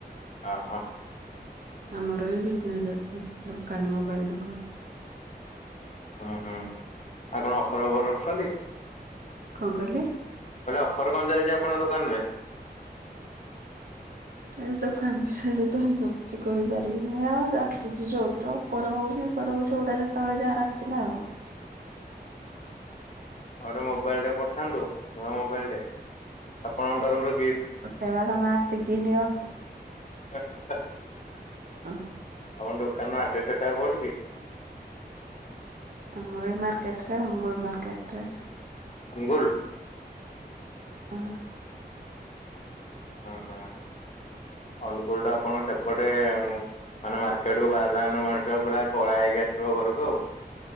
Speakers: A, on the left; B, on the right.
A: ଓ ହଁ।
B: ଆମର ବି ବିଜନେସ୍ ଅଛି ଦୋକାନ ମୋବାଇଲ ଦୋକାନ।
A: ହୁଁ ହୁଁ ଆ କଣ ଅଫର ଫଫର ରଖୁଛନ୍ତି?
B: କଣ କହିଲେ?
A: କହିଲେ ଅଫର କଣ ଚାଲିଛି ଆପଣଙ୍କ ଦୋକାନରେ?
B: ଏ ଦୋକାନ ବିଷୟରେ ତ ଯ କିଛି କହିପାରିବିନି ଆଉ ଆସୁଛି ଯୋଉଥିର। ଉପର ହଉ ବି ଉପର ହଉ ଯୋଉଟା ଯେତେବେଳେ ଯାହାର ଆସିଥିଲା ଆଉ।
A: ଆଉ ଗୋଟେ ମୋବାଇଲଟେ ପଠାନ୍ତୁ ନୂଆ ମୋବାଇଲ ଟେ ଆପଣଙ୍କ ତରଫରୁ ଗିଫ୍ଟ।
B: ପଠେଇବା ତମେ ଆସିକି ନିଅ।
A: <unintelligible>
B: ହ।
A: ଆପଣ ଦୋକାନ ର ଆଡ୍ରେସ ଏ ଟା କହୁଠୁ କି?
B: ଆମର ଏହି ମାର୍କେଟ ରେ ଅନୁଗୁଲ ମାର୍କେଟ ରେ।
A: ଅନୁଗୁଲ?
B: ହଁ।
A: ହୁଁ ହୁଁ ଅନୁଗୁଳ ଟା ଆପଣଙ୍କ ସେପଟେ ଏ ଉଁ। ମାନେ ମାର୍କେଟ କୁ ବାହାରିଲାନେ ମଣିଷ ପୁରା କଳା ହେଇକି ଆସିଥିବ ଘରକୁ ଆଉ।